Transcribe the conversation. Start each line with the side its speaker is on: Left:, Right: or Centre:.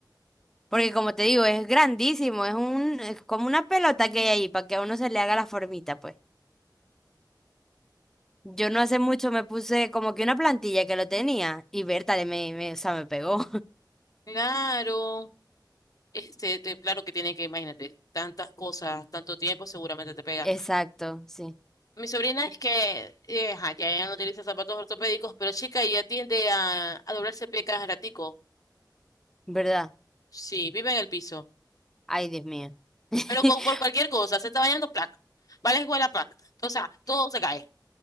Centre: Porque como te digo, es grandísimo, es un, es como una pelota que hay ahí para que a uno se le haga la formita, pues. Yo no hace mucho me puse como que una plantilla que lo tenía y Berta me, me, o sea, me pegó.
Left: Claro, este, te- claro que tiene que, imagínate, tantas cosas, tanto tiempo, seguramente
Centre: <laughs>
Left: te pega.
Centre: Exacto, sí.
Left: Mi sobrina es que, eh, ajá, ya ella no utiliza zapatos ortopédicos, pero chica, ella tiende a, a doblarse pie cada ratico.
Centre: ¿Verdad?
Left: Sí, vive en el piso.
Centre: Ay, Dios mío. <laughs>
Left: Pero con- por cualquier cosa, se está bañando, placa. Va a la escuela, placa. O sea, todo se cae.